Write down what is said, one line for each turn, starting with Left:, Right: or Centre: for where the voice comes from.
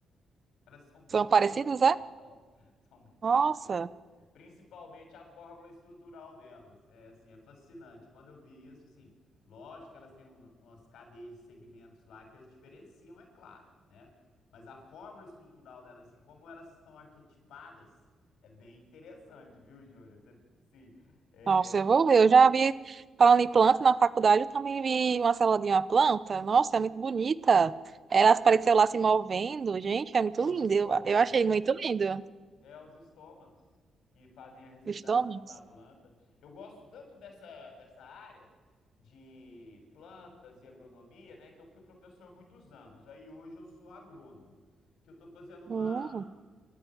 Left: Elas são bem
Right: São parecidos,
Left: parecidas,
Right: é?
Left: são, são bem parecidas.
Right: Nossa.
Left: Principalmente a fórmula estrutural delas. É assim, é fascinante. Quando eu vi isso, assim, lógico que elas têm um- umas cadeias de segmentos lá que as diferenciam, é claro, né? Mas a fórmula estrutural delas, assim, como elas estão arquetipadas, é bem interessante, viu, Júlia? Você, assim, é,
Right: Nossa, eu vou ver. Eu já vi, falando em planta, na faculdade eu também vi uma célula de uma planta. Nossa, é muito bonita. Elas pareciam lá se movendo. Gente, é muito
Left: é os
Right: lindo.
Left: estômatos,
Right: Eu, eu achei
Left: né?
Right: muito lindo.
Left: É os estômatos que fazem a respiração
Right: Os tômates.
Left: da planta. Eu gosto tanto dessa, dessa área de plantas e agronomia, né, que eu fui professor muitos anos. Aí hoje eu sou agrônomo, que eu estou fazendo uma,
Right: Hum,